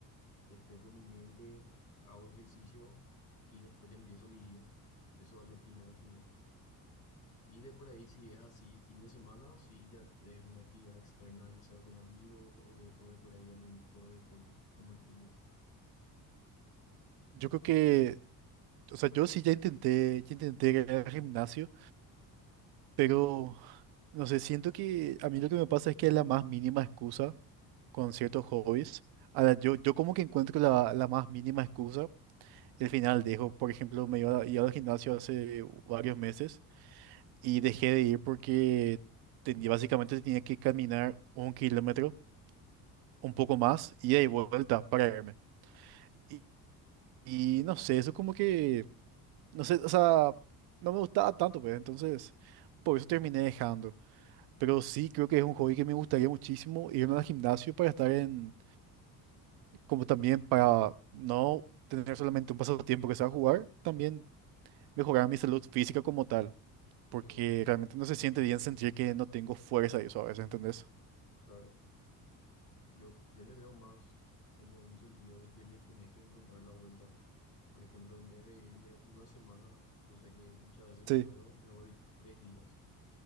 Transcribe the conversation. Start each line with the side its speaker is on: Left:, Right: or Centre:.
Left: despejo mi mente, hago ejercicio y después ya empiezo mi día. Eso es lo primero, primero. Y de por ahí, si es así, fin de semana, si ya es una actividad externa, ya sea con amigos o de, o de por ahí algún tipo de deporte, como el fútbol.
Right: yo creo que, o sea, yo sí ya intenté, ya intenté ir al gimnasio, pero no sé, siento que a mí lo que me pasa es que la más mínima excusa con ciertos hobbies. a la yo, yo como que encuentro la, la más mínima excusa y al final dejo. Por ejemplo, me iba, iba al gimnasio hace varios meses y dejé de ir porque tenía, básicamente tenía que caminar un kilómetro. un poco más, ida y vuelta para irme. Y, y no sé, eso como que, no sé, o sea, no me gustaba tanto, pues, entonces, por eso terminé dejando. Pero sí, creo que es un hobby que me gustaría muchísimo irme al gimnasio para estar en, como también para no tener solamente un pasatiempo que sea jugar, también mejorar mi salud física como tal, porque
Left: Sí,
Right: realmente no se siente bien sentir que no tengo fuerza y eso a veces, ¿entendés?
Left: claro. Yo, yo le veo más como un sentido de que le tenés que encontrar la vuelta. Por ejemplo, en vez de irme una semana, cosa que muchas veces no
Right: Sí.
Left: puedo, me voy tres días.